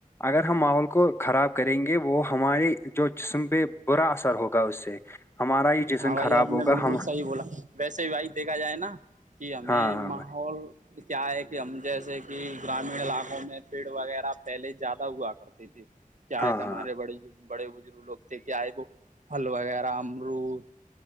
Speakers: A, on the left; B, on the right.
A: اگر ہم ماحول کو خراب کریں گے وہ ہمارے جو جسم پہ برا اثر ہوگا اس سے ہمارا ہی جسم
B: ہاں بھائی
A: خراب
B: آپ نے
A: ہوگا
B: بالکل
A: ہم
B: صحیح بولا ویسے ہی بھائی دیکھا جائے نا کہ ہممیں
A: ہاں ہاں
B: ماحول
A: بھائی
B: کیا ہے کہ ہم جیسے کہ گرامین علاقوں میں پیڑ وغیرہ پہلے زیادہ ہوا کر کیا
A: ہاں
B: ہمارے
A: ہاں
B: بڑے بڑے بزرگ لوگ تھے کیا ہے وہ پھل وغیرہ ارود